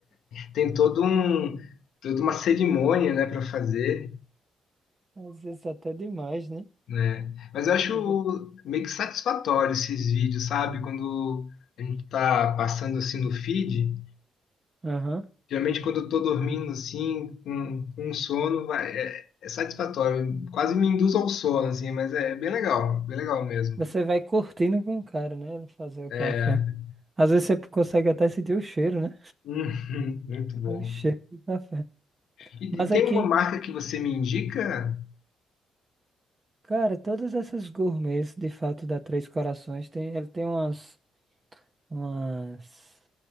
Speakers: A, on the left (about 80°); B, on the right (about 25°).
A: Tem todo um, toda uma cerimônia, né, para fazer.
B: Às vezes até demais, né?
A: né? Mas eu acho
B: Fica-
A: meio que satisfatório esses vídeos, sabe? Quando a gente tá passando assim no feed,
B: Aham.
A: geralmente quando eu tô dormindo assim, com, com sono, vai- é, é satisfatório. Quase me induz ao sono, assim, mas é, bem legal, bem legal mesmo.
B: Você vai curtindo com o cara, né? Ele fazer o
A: É,
B: café. Às vezes você consegue até sentir o cheiro, né?
A: <laughs> muito bom.
B: O cheiro do café.
A: E te-
B: Mas
A: tem
B: aqui,
A: uma marca que você me indica?
B: cara, todas essas gourmets, de fato, da Três Corações, tem, ele tem umas, umas